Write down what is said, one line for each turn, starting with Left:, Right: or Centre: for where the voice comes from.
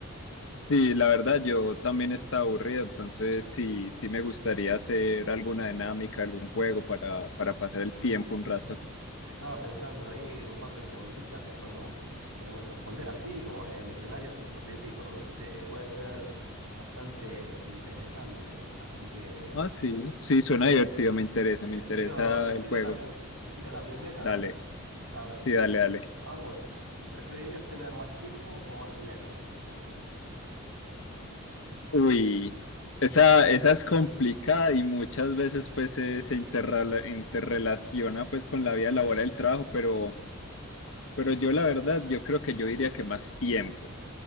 Left: Sí, la verdad, yo también estaba aburrido, entonces sí, sí me gustaría hacer alguna dinámica, algún juego para, para pasar el tiempo un rato.
Right: Estaba pensando ahí un par de preguntitas que podemos, podemos responder así, como en escenarios hipotéticos, ¿viste? Puede ser bastante interesante, así que
Left: Ah, sí,
Right: te,
Left: sí, suena
Right: te-
Left: divertido, me interesa, me
Right: te
Left: interesa
Right: tiro, te tiro
Left: el juego.
Right: la primera, te tiro la primera,
Left: Dale,
Right: a ver, a ver,
Left: sí, dale, dale.
Right: ¿a vos preferirías tener más tiempo o más dinero?
Left: Uy, esa, esa es complicada y muchas veces pues se, se interrela- interrelaciona pues con la vida laboral
Right: Sí,
Left: del trabajo, pero, pero yo la verdad, yo creo que yo diría que más tiempo.